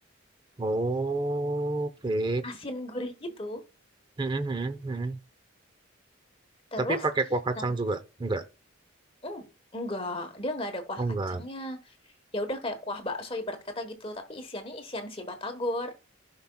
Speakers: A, on the right; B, on the left.
A: Oh, Oke.
B: asin gurih gitu.
A: Mhm mhm mhm.
B: Terus
A: Tapi pakai kuah kacang
B: nah,
A: juga? Enggak?
B: mm, enggak dia enggak ada kuah
A: Oh, enggak.
B: kacangnya. Ya udah kayak kuah bakso ibarat kata gitu tapi isiannya isian si batagor.